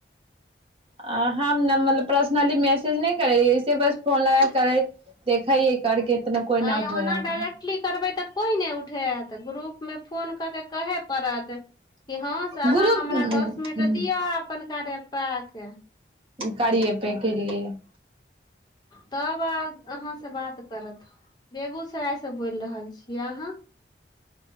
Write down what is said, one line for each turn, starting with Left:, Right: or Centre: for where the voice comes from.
Right: आ हम न मतलब पर्सनली मैसेज नहि करैहे ऐसे बस फोन लगाक कर देखेै करके इतना कोइ
Left: आँ
Right: नहि उठबे
Left: ओना
Right: रहथिन
Left: डायरेक्टली करबै तऽ कोइ नहि उठेत ग्रुपमे फोन कऽ के कहे पड़त कि हँ स अ आहाँ
Right: ग्रुप
Left: हमरा दस मिनट दिअ अपन कार्य प क
Right: कारिए पे केेलिये
Left: तब आ अहाँ से बात करत बेगूसराय से बोल रहल छी के आंहा